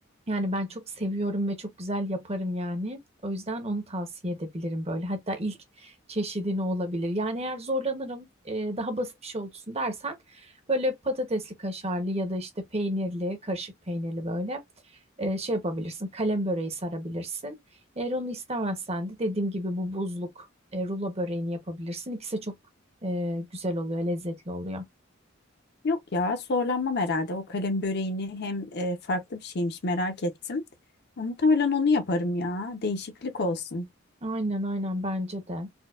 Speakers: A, on the right; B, on the left.
A: Yani ben çok seviyorum ve çok güzel yaparım yani. O yüzden onu tavsiye edebilirim böyle. Hatta ilk çeşidini olabilir. Yani eğer zorlanırım e, daha basit bir şey olsun dersen böyle patatesli kaşarlı ya da işte peynirli, karışık peynirli böyle e, şey yapabilirsin. Kalem böreği sarabilirsin. Eğer onu istemezsen de dediğim gibi bu buzluk e, rulo böreğini yapabilirsin. İkisi de çok e, güzel oluyor, lezzetli oluyor.
B: Yok ya, zorlanmam herhalde. O kalem böreğini hem e, farklı bir şeymiş merak ettim. Ya, muhtemelen onu yaparım ya. Değişiklik olsun.
A: Aynen aynen bence de.